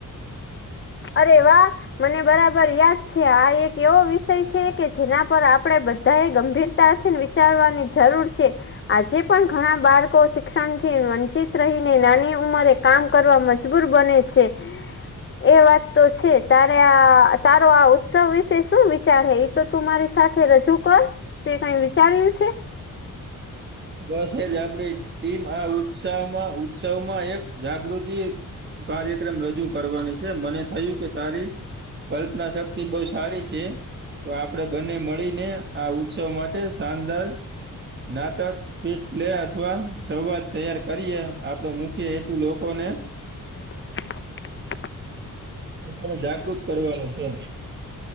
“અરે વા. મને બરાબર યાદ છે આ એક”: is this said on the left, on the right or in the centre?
Left